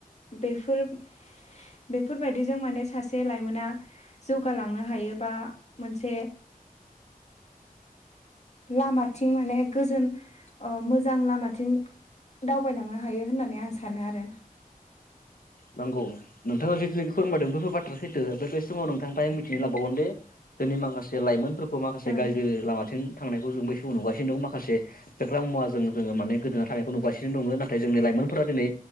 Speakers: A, on the left; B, on the left.
A: बेफोर-बेफोरबायदि बिदिजों माने सासे लाइमोना जौगालांनो हायो बा मोनसे लामाथिं माने गोजोन ओ मोजां लामाथिं दावबायलांनो हायो होननानै आं सानो आरो।
B: नांगौ नोंथाङा जि जि फोरमादों बेफोर बाथ्रा सैथो। ओमफ्राय बे समाव नोंथांनिफ्राइ मिथिना लाबावगोन दे जोंनि माखासे लाइमोन माखासे
A: औ
B: गाज्रि लामाथिं थांनायखौ जों बै समआव नुगासिनो दं माखासे फेग्रा मुवा जों जोङो माने गोदोना थानायखौ नुगासिनो दङ, नाथाय जोंनि लाइमोनफोरा दिनै